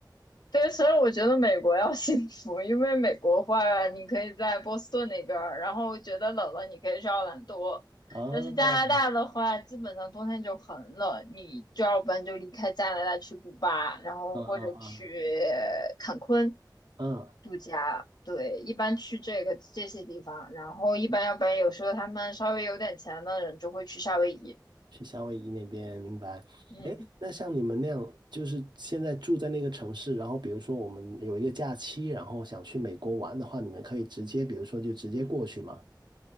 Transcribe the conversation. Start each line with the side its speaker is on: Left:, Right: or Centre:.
Left: 对，所以我觉得美国要 <laughs> 幸福，因为美国话你可以在波士顿那边儿，然后觉得冷了你可以去奥兰多，
Right: 啊，
Left: 但是加拿大的话，基本上冬天就很冷，你就要不然就离开加拿大去古巴，然后或者去
Right: 啊啊
Left: 坎昆
Right: 啊啊！
Left: 度假。对，一般去这个这些地方，然后一般要不然有时候他们稍微有点钱的人就会去夏威夷。
Right: 去夏威夷那边，明白。
Left: 嗯。
Right: 哎，那像你们那样，就是现在住在那个城市，然后比如说我们有一个假期，然后想去美国玩的话，你们可以直接，比如说就直接过去吗？